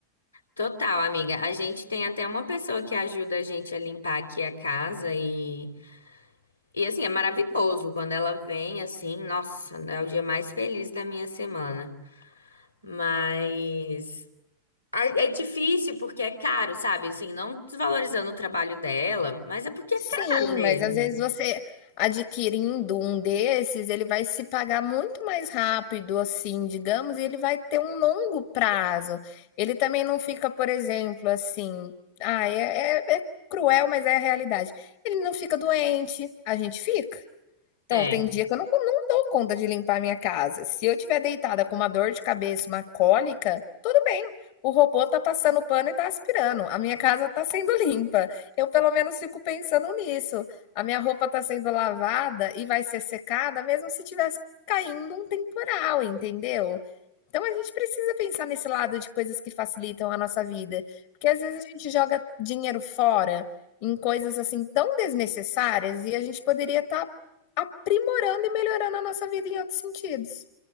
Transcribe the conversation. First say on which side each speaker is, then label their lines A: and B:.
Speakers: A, on the left (about 85°); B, on the left (about 45°).
A: Total, amiga. A gente tem até uma pessoa que ajuda a gente a limpar aqui a casa e, e assim, é maravilhoso quando ela vem assim, nossa, é o dia mais feliz da minha semana. Mas a- É difícil porque é caro, sabe? Assim, não desvalorizando o trabalho dela, mas é porque
B: Sim,
A: é caro mesmo.
B: mas às vezes você adquirindo um desses, ele vai se pagar muito mais rápido, assim, digamos, e ele vai ter um longo prazo. Ele também não fica, por exemplo, assim, ah, é, é é cruel, mas é a realidade. Ele não fica doente, a gente fica. Então,
A: É.
B: tem dia que eu não, co- não dou conta de limpar a minha casa. Se eu tiver deitada com uma dor de cabeça, uma cólica, tudo bem. O robô tá passando pano e tá aspirando. A minha casa tá sendo <laughs> limpa. Eu pelo menos fico pensando nisso. A minha roupa tá sendo lavada e vai ser secada, mesmo se tivesse caindo um temporal, entendeu? Então a gente precisa pensar nesse lado de coisas que facilitam a nossa vida, porque às vezes a gente joga dinheiro fora em coisas assim tão desnecessárias e a gente poderia estar aprimorando e melhorando a nossa vida em outros sentidos.